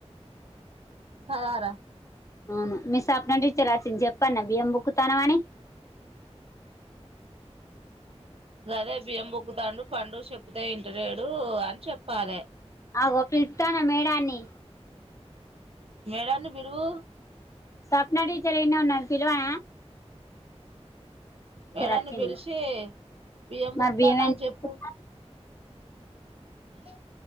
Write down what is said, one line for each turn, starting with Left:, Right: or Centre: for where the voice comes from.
Right: పదారా
Left: అవును మీ సప్న టీచర్ అచ్చింది చెప్ ప్పన్న బియ్యం బుక్కుతనవని.
Right: గదే బియ్యం బుక్కుతాండు పండు చెప్తే ఇంటలేడు అని చెప్పాలె
Left: ఆగో పీల్తనా మేడాన్ని
Right: మేడాన్ని పిలువు
Left: సప్న టీచర్ ఇన్నే ఉన్నది పిలువనా
Right: మేడం
Left: వచ్చింది
Right: నీ పిలిసి బియ్యం బుక్కుతాండని
Left: మరి ఎందుకు
Right: చెప్పు
Left: బుక్కుతాంది
Right: అ